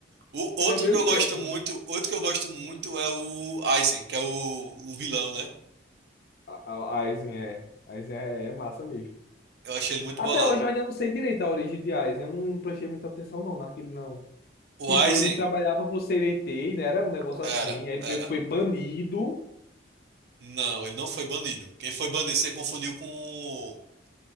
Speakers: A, on the right; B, on the left.
A: O outro
B: Ele é meio
A: que eu
B: Chad.
A: gosto muito, outro que eu gosto muito é o Aizen, que é o, o vilão, né?
B: A, a, Aizen é. Aizen é, é massa mesmo.
A: Eu achei ele muito
B: Até
A: bolado.
B: hoje eu ainda não sei direito a origem de Aizen. Eu não prestei muita atenção não naquele não.
A: O
B: Tipo,
A: Aizen
B: ele trabalhava pro CDT, né? Era um negócio
A: era,
B: assim. Aí ele
A: era.
B: meio que foi banido.
A: Não, ele não foi banido. Quem foi banido, você confundiu com o-